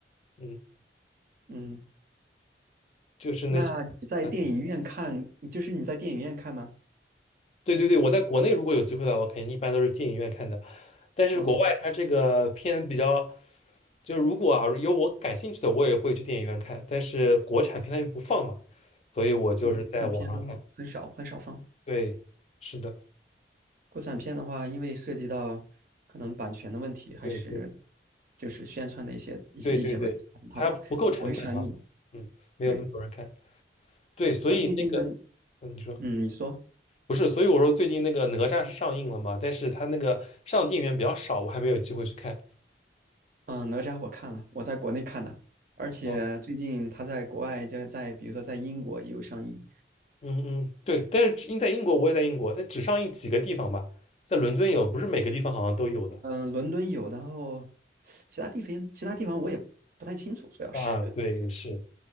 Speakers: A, on the left (about 35°); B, on the right (about 50°).
A: 嗯，
B: 嗯，
A: 就是那些，
B: 那你在电影院看，
A: 嗯，
B: 就是你在电影院看吗？
A: 对对对，我在国内如果有机会的话，我肯定一般都是电影院看的，但是国外它这个片比较，
B: 哦，
A: 就是如果啊有我感兴趣的，我也会去电影院看，但是国产片它又不放嘛，所以我就是在网上看，
B: 对，国产片很好，很少很少放。
A: 对，是的。
B: 国产片的话，因为涉及到可能版权的问题，还是
A: 对对
B: 就是宣传的一些一些一些问题，
A: 对对对，
B: 可能它不会上映。
A: 它不够成本啊，嗯，没有那么多人看。
B: 对，
A: 对，所以那个，
B: 那最近呢，
A: 嗯，你说
B: 嗯，你说，
A: 不是，所以我说最近那个哪吒是上映了嘛，但是它那个上电影院比较少，我还没有机会去看。
B: 嗯，哪吒我看了，我在国内看的，而且最近他在国外，
A: 哦，
B: 就是在比如说在英国也有上映，
A: 嗯嗯，对，但是因在英国，我也在英国，但只上映几个地方吧，在伦敦有，不是每个地方好像都有的。
B: 嗯，伦敦有，然后其他地方其他地方我也不太清楚，主要是。
A: 啊，对，是